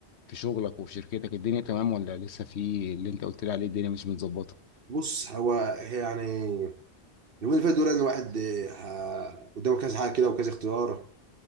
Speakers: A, on the left; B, on the right.
A: في شغلك وفي شركتك الدنيا تمام ولا لسه في اللي انت قلت لي عليه الدنيا مش متظبطه
B: بص هو يعني اليومين اللي فاتوا دول ان الواحد اه، ه- قدامه كذا حاجه كده وكذا اختيار